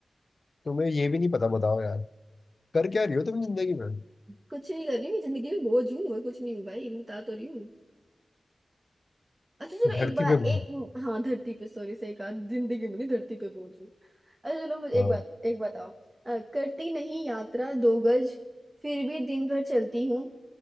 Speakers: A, on the left (about 45°); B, on the right (about 25°).
A: तुम्हें ये भी नहीं पता बताओ यार कर क्या रही हो तुम जिंदगी में
B: कुछ नहीं कर रही मैं जिंदगी में बोझ हूँ और कुछ नहीं हूँ भाई मैं बता तो रही हूँ अच्छा चलो
A: धरती
B: एक बार
A: पे
B: एक
A: घूम
B: हाँ धरती पे सॉरी से एक आध जिंदगी में नहीं धरती पे बोझ हूँ अच्छा चलो मुझे
A: हाँ।
B: एक बात एक बताओ अ, करती नहीं यात्रा दो गज फिर भी दिन भर चलती हूँ